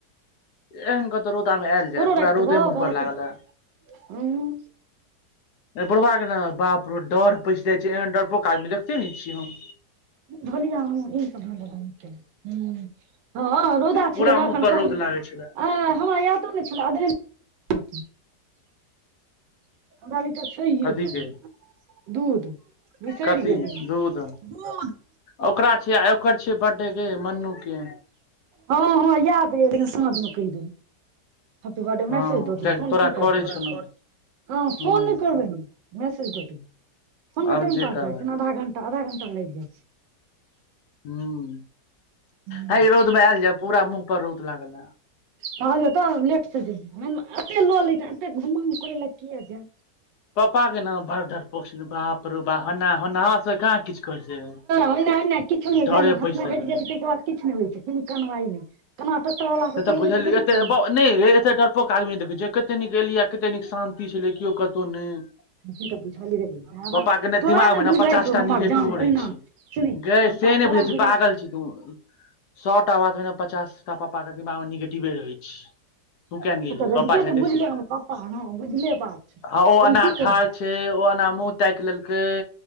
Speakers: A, on the left; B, on the right.
A: एहन कहतौ रौदामे आयल जाय,
B: तोरो
A: पूरा
B: राखि
A: रौदेमे
B: देबौ
A: मूहँ
B: बत
A: पर लागल है।
B: उंम्म
A: बुढ़ा के ने बाप रे डर पैस जाइ छै, एहन डरपोक आदमी देख चलै छिय हम।
B: धोलिया हमें ओही पर धो लै छिये। हँ रौदा
A: पूरा
B: छलै ने
A: मुँह
B: एखन,
A: पर
B: कहल
A: रौद लागै छलै
B: आ हमरा यादो ने छलै, आब बाली त पैघ
A: कथी
B: लोक बनू।
A: के
B: दूध बिसरि
A: कथी
B: गेलीयै,
A: दूध
B: दूध।
A: ओकरा छिय, आ ओकर छियै बर्थडे के मन्नूके।
B: हँ, हँ, याद रह लेकिन समझलेइ। हैप्पी बर्थडे मैसेज
A: हँ
B: द देबै,
A: कियाकि
B: फोन
A: तोरा
B: के करतै,
A: करै छौ ने
B: ह फोन
A: हूँ
B: नहि करबै ने। मैसेज द द फोन
A: आब
B: मे टाइम
A: जे
B: पास
A: करबक
B: भए जाइ छै, आधा घंटा आधा घंटा लागि जाइ छै।
A: हूँ।
B: हाँ।
A: हय रौद मे आयल जाय पूरा मुँह पर रौद लागल हे
B: कहलियौ तऽ लेट से जेबौ, लऽ ले एते घुमा करै लए के जा।
A: पापा के न बड़ा डरपोक बाप रे बाप होना होना सब कहाँ किछु करै छै।
B: ओहिना नहि किछु नहिना
A: डरे
B: घटना
A: पैस
B: घटि
A: गेल
B: जाइ छै, ताहिके बाद किछु नहि होइ छै कोनो कारवाई नहि। केना टोटोवला
A: से
B: सब
A: तऽ
B: चलबै
A: बुझलियै
B: छै देखैत
A: एते
B: छी।
A: नहि रे एते डरपोक आदमी नहि देखे छियै, कते नीक एलियै, कते नीक शांती, से छलै केओ कतहु नहि।
B: से तऽ बुझलियै देख बाबा
A: पापा के ने
B: तोरा
A: दिमाग
B: बुझाइ
A: ने पचास
B: छौ
A: टा
B: हमर
A: निगेटिवो
B: जान ओहिना
A: रहै छै।
B: सुनी
A: गइ
B: पप्पा
A: से नहि
B: तोरा
A: बुझै
B: बुझाइ
A: छीहि, पागल छीहि तू <inaudible> सौ टा बातमे नऽ, पचास टा पप्पा के बातमें नऽ निगेटिवे रहै छै। तू कियैने गेलही
B: तऽ रहिते
A: पप्पा छै,
B: जे बुझले
A: तैसँकि
B: हमर पप्पा हँ बुझले बात छै
A: ओ
B: एहिमे
A: एना
B: की करबै
A: ठार छै, ओ एना मुंह ताकि लेलकै,